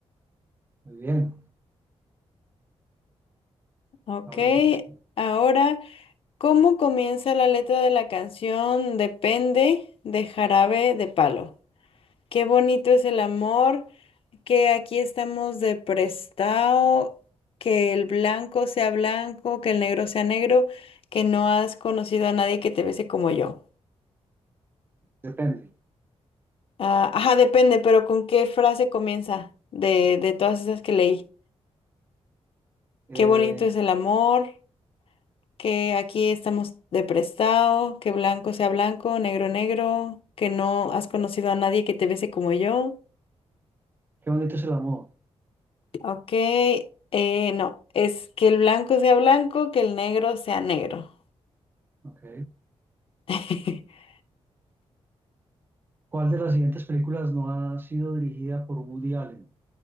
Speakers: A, on the right; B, on the left.
A: Muy bien,
B: Ok,
A: ahora sigues tú.
B: ahora, ¿cómo comienza la letra de la canción Depende de Jarabe de Palo? Qué bonito es el amor, que aquí estamos de prestado, que el blanco sea blanco, que el negro sea negro, que no has conocido a nadie que te bese como yo.
A: Depende.
B: Ah, ajá, depende, pero ¿con qué frase comienza de, de todas esas que leí?
A: Eh,
B: Qué bonito es el amor, que aquí estamos de prestado, que blanco sea blanco, negro negro, que no has conocido a nadie que te bese como yo.
A: qué bonito es el amor.
B: Ok, eh, no, es que el blanco sea blanco, que el negro sea negro.
A: Ok.
B: <laughs>
A: ¿Cuál de las siguientes películas no ha sido dirigida por Woody Allen?